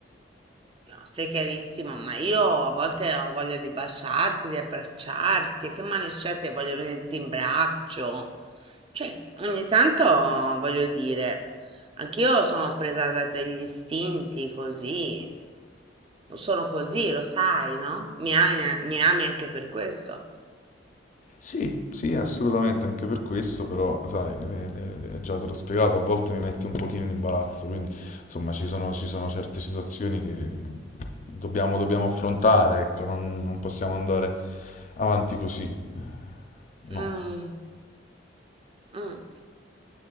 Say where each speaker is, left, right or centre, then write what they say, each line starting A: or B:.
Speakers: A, on the right (about 30°); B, on the left (about 40°).
A: No, stai chiarissimo, ma io a volte ho voglia di baciarti, di abbracciarti. Che male c'è se voglio venirti in braccio? Cioè, ogni tanto voglio dire, anch'io sono presa da degli istinti così. Sono così, lo sai, no? Mi ami, mi ami anche per questo.
B: Sì, sì, assolutamente, anche per questo, però, sai, eh, eh, eh, già te l'ho spiegato, a volte mi metti un pochino in imbarazzo, quindi, insomma, ci sono, ci sono certe situazioni che dobbiamo, dobbiamo affrontare, ecco, non, non possiamo andare avanti così, no.
A: Mm, mm.